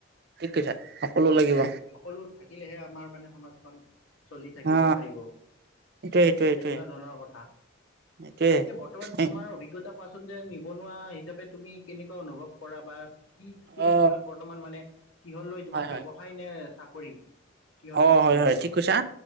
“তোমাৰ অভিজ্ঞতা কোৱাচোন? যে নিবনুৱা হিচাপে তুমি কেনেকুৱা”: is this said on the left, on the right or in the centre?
Left